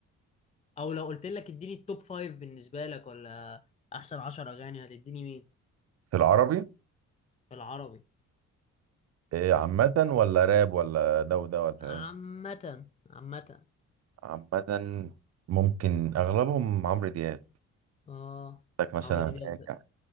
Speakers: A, on the left; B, on the right.
A: او لو قلت لك اديني التوب فايف بالنسبة لك ولا احسن عشر اغاني هتديني مين
B: في العربي
A: في العربي
B: إيه عامة ولا راب ولا ده وده ولا
A: عامة
B: ايه
A: عامة
B: عامة ممكن اغلبهم عمرو دياب
A: اه
B: عندك مثلا
A: عمرو دياب
B: راجع